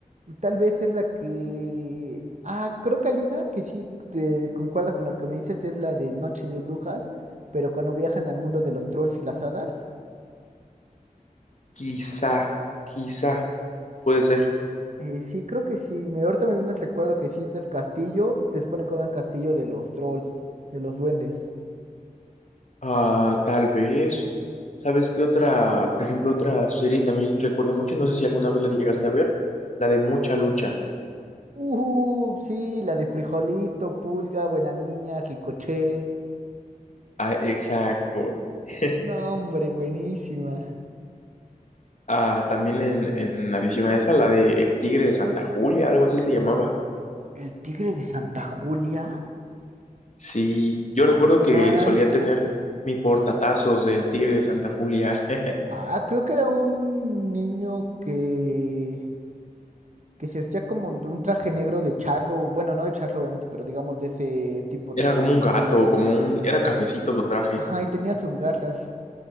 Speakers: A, on the right; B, on the left.
A: Tal vez es la que... Ah, creo que hay una que sí te concuerda con la que me dices, es la de Noche de Brujas, pero cuando viajan al mundo de los trolls y las hadas.
B: Quizá, quizá, puede ser.
A: Eh, sí, creo que sí. Me, ahorita me viene el recuerdo que sí, este es castillo, se supone que era un castillo de los trolls, de los duendes.
B: Ah, tal vez. ¿Sabes qué otra, por ejemplo, otra serie también recuerdo mucho? No sé si alguna vez la llegaste a ver, la de Mucha Lucha.
A: Uh, sí, la de Frijolito, Pulga, Buena Niña, Ricoché.
B: Ah, exacto. <laughs>
A: No, hombre, buenísima.
B: Ah, también en, en adición a esa, la de El Tigre de Santa Julia, algo así se llamaba.
A: ¿El tigre de Santa Julia?
B: Sí, yo recuerdo
A: Ah, caray.
B: que solía tener mi portatazos del Tigre de Santa Julia. <laughs>
A: Ah, creo que era un niño que, que se vestía como de un traje negro de charro, bueno, no de charro obviamente, pero digamos de ese tipo
B: Era
A: de
B: como
A: estilo.
B: un gato, como un... Era cafecito su traje.
A: Ajá, y tenía sus garras.